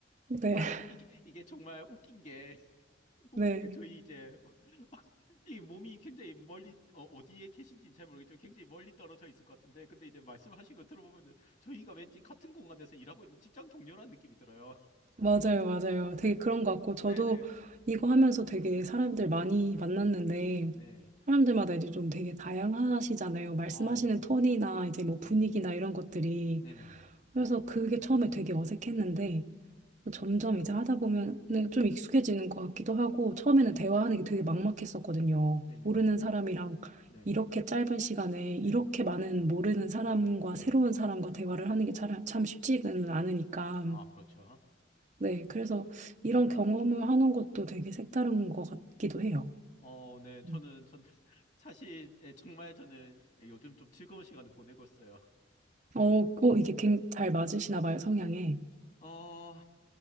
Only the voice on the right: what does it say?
네,
<laughs>
네,
맞아요, 맞아요. 되게 그런 것 같고 저도
이거 하면서 되게 사람들 많이 만났는데
사람들마다 이제 좀 되게 다양하시잖아요. 말씀하시는
톤이나 이제 뭐
분위기나 이런 것들이
그래서 그게 처음에 되게 어색했는데 점점 이제 하다 보면 좀 익숙해지는 것 같기도 하고 처음에는
대화하는 게 되게 막막했었거든요.
모르는 사람이랑
이렇게 짧은 시간에
이렇게 많은 모르는 사람과
새로운 사람과 대화를 하는 게 참, 참 쉽지는 않으니까.
네, 그래서 이런 경험을 하는 것도 되게 색다른 것 같기도 해요.
음.
어, 어, 이게 굉- 잘 맞으시나 봐요, 성향에.